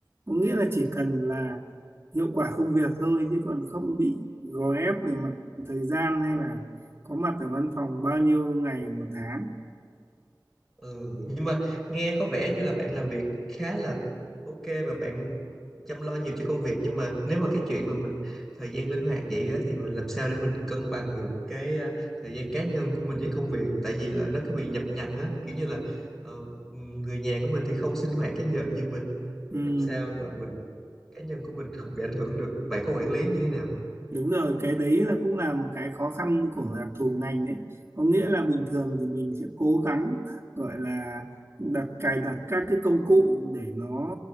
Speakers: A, on the right; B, in the centre.
A: có nghĩa là chỉ cần là hiệu quả công việc thôi chứ còn không bị gò ép về mặt thời gian hay là có mặt ở văn phòng bao nhiêu ngày một tháng
B: ừ, nhưng mà nghe có vẻ như là bạn làm việc khá là ok và bạn chăm lo nhiều cho công việc nhưng mà nếu mà cái chuyện mà mình thời gian linh hoạt vậy á, thì mình làm sao để mình cân bằng được cái à, thời gian cá nhân của mình với công việc tại vì là nó cứ bị nhập nhằng á kiểu như là ờ, người nhà của mình thì không sinh hoạt cái giờ như mình
A: Ừ.
B: rồi làm sao mà mình cá nhân của mình không bị ảnh hưởng được bạn có quản lý như thế nào
A: Đúng rồi, cái đấy là cũng là một cái khó khăn của đặc thù ngành đấy. Có nghĩa là bình thường thì mình sẽ cố gắng gọi là đặt cài đặt các cái công cụ để nó